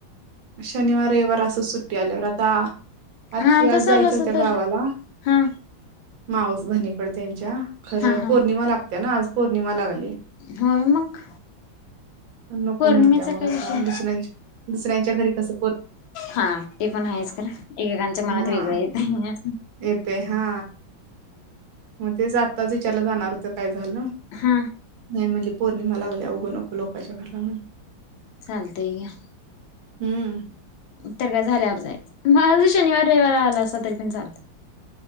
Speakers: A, on the right; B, on the left.
A: शनिवार -रविवार असंच सुट्टी आल्यावर आता आत्ती
B: हा तसं
A: आज जायच्या
B: आलं असं
A: होत्या
B: तर
A: गावाला
B: हा
A: मावस भनि कड त्यांच्या खरं
B: हा हा
A: पो पौर्णिमा लागते ना, आज पौर्णिमा लागली
B: होय मग
A: लि नको
B: पौर्णिमेचा
A: म्हणत्या, मग
B: काय
A: आता
B: विषय
A: दुसऱ्यां दुसऱ्यांच्या घरी कस
B: हा ते पण आहेच कर एकेकांच्या मनात
A: हा
B: वेगळं येतय
A: येते हा मग ते ज आताच विचारला जाणार काय झालं
B: हा
A: नाही म्हणजे पौर्णिमा लागल्या उघं नको लोकांच्या घरला
B: चालतंय घ्या
A: हम्म
B: तर काय झाल्यावर जाय म ज शनिवार -रविवार आला असता तरी पण चालतय